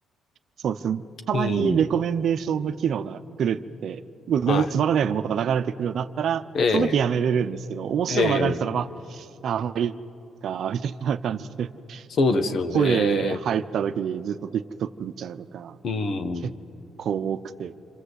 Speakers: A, on the right; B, on the left.
A: そうですね。たまにレコメンデーションの機能が来るって、
B: うん。
A: もう全然つまらないものとか流れてくるようになったら、
B: はい。え
A: その時やめれるんですけど、面白いの流れてたら、
B: え、ええ、
A: まあ、あ、もういいか、みたいな感じで、
B: そうですよね。
A: もうトイレ入った時にずっと TikTok 見ちゃうのか、
B: うん。
A: 結構多くて